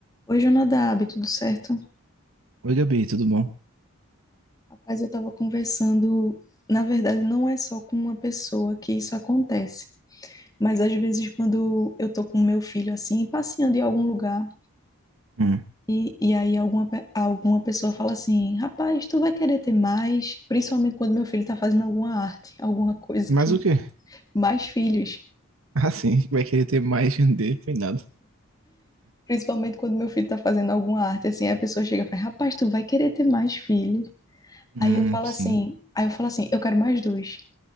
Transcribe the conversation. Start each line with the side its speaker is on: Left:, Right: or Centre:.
Left: Oi, Jonadab, tudo certo?
Right: Oi, Gabi, tudo bom?
Left: Rapaz, eu estava conversando. Na verdade, não é só com uma pessoa que isso acontece, mas às vezes, quando eu tô com meu filho assim, passeando em algum lugar,
Right: Hum,
Left: e, e aí alguma, pe- alguma pessoa fala assim: Rapaz, tu vai querer ter mais? Principalmente quando meu filho está fazendo alguma arte, alguma coisa
Right: Mas
Left: que.
Right: o quê? <laughs>
Left: Mais filhos.
Right: Ah, sim, vai querer ter mais dele, foi nada.
Left: Principalmente quando meu filho está fazendo alguma arte, assim, aí a pessoa chega e fala: Rapaz, tu vai querer ter mais filhos?
Right: hum,
Left: Aí eu falo
Right: sim.
Left: assim, aí eu falo assim, eu quero mais dois.